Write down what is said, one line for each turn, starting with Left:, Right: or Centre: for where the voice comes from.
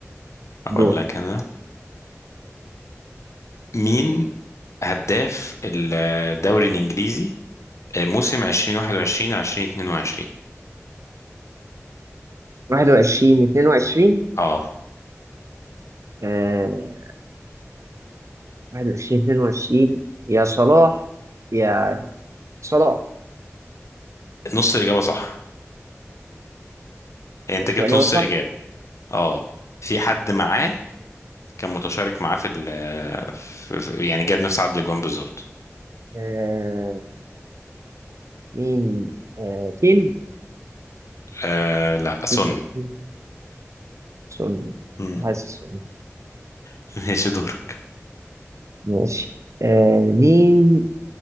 Left: اقول
Right: دور
Left: لك انا مين هداف الدوري الانجليزي آه، موسم 2021 2022
Right: واحد وعشرين اتنين وعشرين
Left: اه
Right: آه واحد وعشرين اتنين وعشرين يا صلاح يا صلاح
Left: نص الاجابه صح يعني
Right: بص
Left: انت جبت
Right: الإجابة
Left: نص
Right: صح
Left: الاجابه اه في حد معاه كان متشارك معاه في ال في- في- يعني جاب نفس عدد الاجوان بالظبط
Right: آه مين آه كين
Left: آه لا سن
Right: كين- كين. سوني
Left: مم.
Right: كنت حاسس سوني
Left: <laughs> ماشي دورك
Right: ماشي آه مين